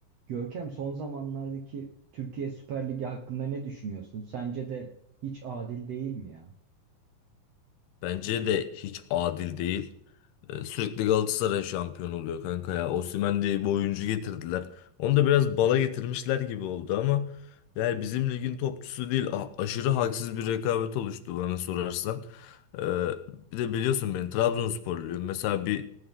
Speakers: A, on the right (about 70°); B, on the left (about 85°).
A: Görkem son zamanlardaki Türkiye Süper Ligi hakkında ne düşünüyorsun? Sence de hiç adil değil mi ya?
B: Bence de hiç adil değil. Ee, Sürekli Galatasaray şampiyon oluyor kanka ya. Osimhen diye bir oyuncu getirdiler. Onu da biraz bala getirmişler gibi oldu ama yani bizim ligin topçusu değil. A- aşırı haksız bir rekabet oluştu bana sorarsan. Ee, bir de biliyorsun ben Trabzonsporluyum. Mesela bir